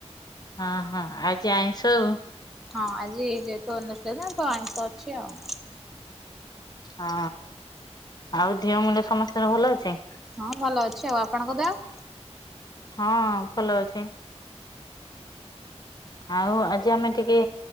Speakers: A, on the left (about 35°); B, in the centre.
A: ହଁ ହଁ ଆଜି ଆଇଁଷ ଆଉ।
B: ହଁ ଆଜି ଯେହେତୁ <unintelligible> ଅଛି ଆଉ।
A: ହଁ ଆଉ ଦିହ ମୁଣ୍ଡ ସମସ୍ତଙ୍କର ଭଲ ଅଛି?
B: ହଁ ଭଲ ଅଛି ଆଉ ଆପଣଙ୍କ ଦେହ?
A: ହଁ ଭଲ ଅଛି। ଆଉ ଆଜି ଆମେ ଟିକେ